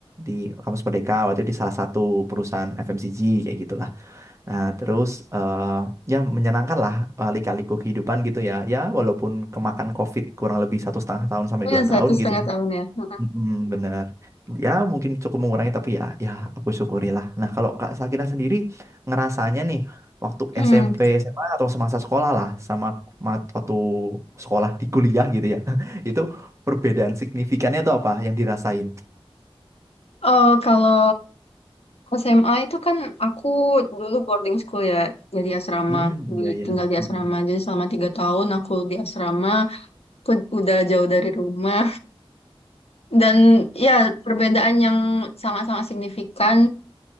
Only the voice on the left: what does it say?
Ya,
satu setengah
tahun ya. Hmm.
Hmm.
Eh, kalau SMA itu kan aku dulu boarding school ya, jadi asrama,
di,
tinggal di asrama.
Jadi selama tiga tahun aku di asrama, aku udah jauh dari rumah. Dan ya perbedaan yang sangat-sangat signifikan